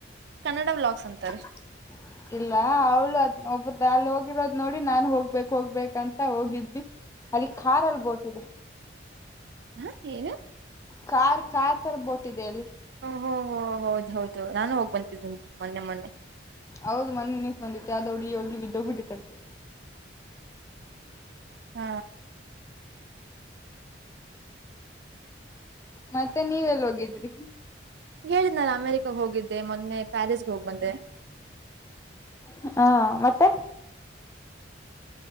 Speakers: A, on the right; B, on the left.
A: ಕನ್ನಡ ವ್ಲಾಗ್ಸ್ ಅಂತಾರೆ
B: <unintelligible> ಇಲ್ಲ ಅವಳು ಅದ್ ನೋಡ್ ಬಿಟ್ ಬಾ ಹೋಗಿರೋದು ನೋಡಿ ನಾನು ಹೋಗ್ಬೇಕ್ ಹೋಗ್ಬೇಕಂತ ಹೋಗಿದ್ವಿ ಅಲ್ಲಿ ಕಾರಲ್ಲಿ ಬೋಟಿದೆ.
A: ಹ ಏನು
B: ಕಾರ್ ಕಾರ್ ತರ ಬೋಟ್ ಇದೆ ಅಲ್ಲಿ.
A: ಓ ಹೊ ಹೋ ಹೌದ್ ಹೌದು ನಾನು ಹೋಗ್ ಬಂದಿದೀನಿ ಮೊನ್ನೆ ಮೊನ್ನೆ
B: ಹೌದು ಮನ್ನಿ ನ್ಯೂಸ್ ಬಂದಿತ್ ಯ ದೊಡಿ ಯೋಗಿ ಬಿದ್ದೋಗ ಬಿಟ್ಟಿತಂತೆ
A: ಹ
B: ಮತ್ತೆ ನೀವ್ ಎಲ್ ಹೋಗಿದ್ರಿ
A: ಹೇಳಿದ್ನಲ ಅಮೆರಿಕಾಗ ಹೋಗಿದ್ ದ್ದೇ ಮೊನ್ನೆ ಪ್ಯಾರಿಸ್ಗೆ ಹೋಗ್ ಬಂದೆ
B: <unintelligible> ಹಾ ಮತ್ತೆ